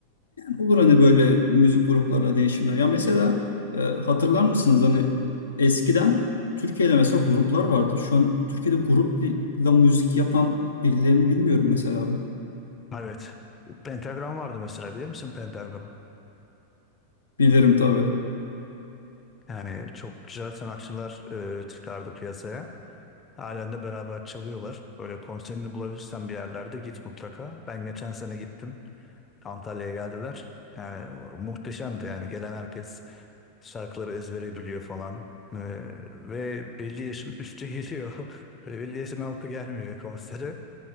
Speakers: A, on the left; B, on the left.
A: Olur hani böyle müzik gruplarına değişimler. Ya mesela e, hatırlar mısınız hani eskiden Türkiye'de mesela gruplar vardı. Şu an Türkiye'de grupla müzik yapan birilerini bilmiyorum mesela ben.
B: <laughs> <clears throat> evet. Pentagram vardı mesela bilir misin Pentagram'ı?
A: Bilirim tabii.
B: Yani çok güzel sanatçılar e, çıkardı piyasaya. Halen de beraber çalıyorlar. Böyle konserini bulabilirsen bir yerlerde git mutlaka. Ben geçen sene gittim. Antalya'ya geldiler. Yani muhteşemdi yani. Gelen herkes şarkıları ezbere biliyor falan. E, ve belli yaşın üstü geliyor. <laughs> Böyle belli yaşın altı gelmiyor konsere.